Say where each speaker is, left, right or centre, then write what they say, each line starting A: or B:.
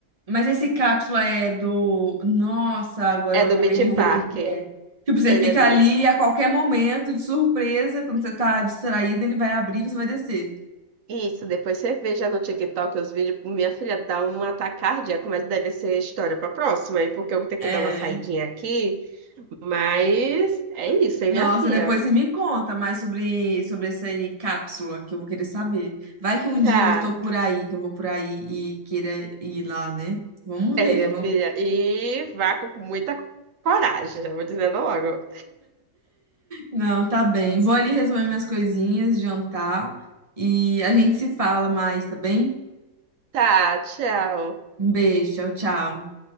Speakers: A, on the right; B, on the right.
A: Mas esse cápsula é do. Nossa, agora
B: É
A: eu
B: do
A: acabei
B: Beach
A: de ver
B: Park.
A: o que que é. Tipo, você
B: Ele
A: fica
B: é do
A: ali
B: Beach...
A: e a qualquer momento, de surpresa, quando você tá distraído, ele vai abrir e você vai descer.
B: Isso, depois você veja no TikTok os vídeos. Minha filha dá um ataque cardíaco, mas deve ser história pra próxima, aí porque eu vou ter que
A: É.
B: dar uma saidinha aqui. Mas é isso, hein,
A: Nossa,
B: minha filha?
A: depois você me conta mais sobre, sobre essa aí cápsula, que eu vou querer saber. Vai que um
B: Tá.
A: dia eu tô por aí, que eu vou por aí e queira ir lá, né? Vamos
B: É,
A: ver.
B: minha
A: Não,
B: filha. E vá com muita coragem, já vou dizendo logo.
A: não tá bem. Vou ali resolver minhas coisinhas, jantar e a gente se fala mais, tá bem?
B: Tá, tchau.
A: Um beijo, tchau, tchau.